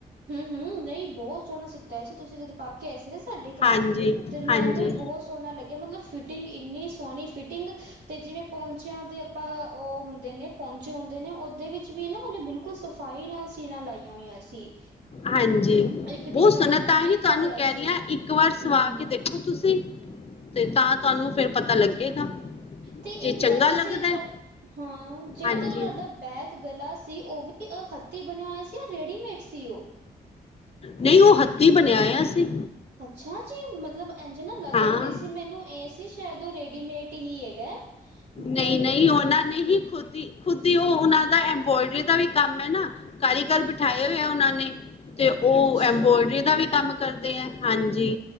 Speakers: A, on the right; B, on the left.
A: ਹੂੰ ਹੂੰ ਨਈ ਬੋਤ ਸੋਣਾ ਸੀ। ਤੈਸੂ ਤੁਸੀਂ ਜਦੋਂ ਪਾ ਕੇ ਆਏ ਸੀ ਨਾ ਸਾਡੇ ਘਰ
B: ਹਾਂਜੀ
A: ਤੇ ਮੈਨੂੰ
B: ਹਾਂਜੀ
A: ਈ ਬੋਤ ਸੋਣਾ ਲੱਗਿਆ ਮਤਲਬ ਫਿਟਿੰਗ ਇੰਨੀ- ਸੋਣੀ ਫਿਟਿੰਗ ਤੇ ਜਿਵੇਂ ਪੋਂਚ- ਜਾ ਤੇ ਆਪਾਂ ਓ ਹੁੰਦੇ ਨੇ ਪੋਂਚੇ ਹੁੰਦੇ ਨੇ, ਓਦੇ ਵਿੱਚ ਵੀ ਨਾ ਉਨੇ ਬਿਲਕੁਲ ਸਫ਼ਾਈ ਨਾਲ ਸੀਨਾ ਲਾਈਆਂ ਹੋਈਆਂ ਸੀ।
B: ਹਾਂਜੀ
A: ਇੱਕ ਡਿਜ਼ਾਇਨ
B: ਬਹੁ ਸੋਣਾ
A: ਨਾ
B: ਤਾਂ
A: ਦਿਖ
B: ਹੀ ਤੁਹਾਨੂੰ
A: ਰਿਹਾ
B: ਕਹਿ
A: ਸੀ
B: ਰੀ ਆਭ ਇੱਕ ਵਾਰ ਸਵਾ
A: ਹੂੰ
B: ਕੇ ਦੇਖੋ। ਤੁਸੀਂ- ਤੇ ਤਾਂ ਤਾਨੂੰ ਫੇਰ ਪਤਾ ਲੱਗੇਗਾ।
A: ਤੇ
B: ਜੇ
A: ਏ
B: ਚੰਗਾ
A: ਜੇੜਾ ਤੁਸੀਂ
B: ਲੱਗਦਾ
A: ਤੁ
B: ਹੈ
A: ਹਾਂ ਜੇੜਾ
B: ਹਾਂਜੀ
A: ਤੁਆਡਾ ਬੈਗ ਗਲਾ ਸੀ, ਓ ਵੀ- ਕੀ ਓ ਹੱਤੀ ਬਣਿਆ ਹੋਇਆ ਸੀ ਜਾਂ ਰੇਡੀਮੇਡ ਸੀ ਓ।
B: ਨਈ ਓ ਹੱਥੀਂ ਬਣਆਇਆ ਸੀ।
A: ਅੱਛਾ ਜੀ। ਮਤਲਬ ਏੰਝ ਨਾ ਲੱਗ
B: ਹਾਂ
A: ਨੀ ਰਏ ਸੀ ।ਮੈਨੂੰ ਏ ਸੀ- ਓਦੋਂ ਰੈਡੀਮੇਡ ਈ ਹੈਗਾ।
B: ਨਈ-
A: ਬਟ
B: ਨਈ ਉਨਾਂ ਨੇ ਹੀ ਖੁਦ- ਖੁਦ ਈ ਓ ਉਨਾ ਦਾ ਐਬ੍ਰੋਡਰੀ ਦਾ ਵੀ ਕੰਮ ਏ ਨਾ। ਕਾਰੀਗਰ ਬਿਠਾਏ ਓਏ ਆ ਉਨਾਂ ਨੇ। ਤੇ ਓ
A: ਅੱਛਾ
B: ਐਬ੍ਰੋਡਰੀ ਦਾ ਵੀ ਕੰਮ- ਕਰਦੇ ਏ ਹਾਂਜੀ।